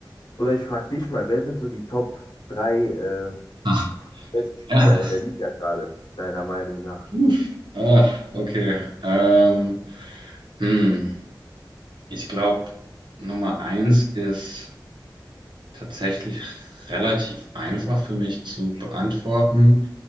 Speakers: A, on the left; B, on the right.
A: oder ich frage dich mal, wer sind so die Top drei äh,
B: Ah,
A: besten Spieler
B: ja.
A: in der Liga gerade, deiner Meinung nach?
B: Puh. Ah, okay. Ähm, hm. Ich glaube, Nummer eins ist tatsächlich relativ einfach für mich zu beantworten.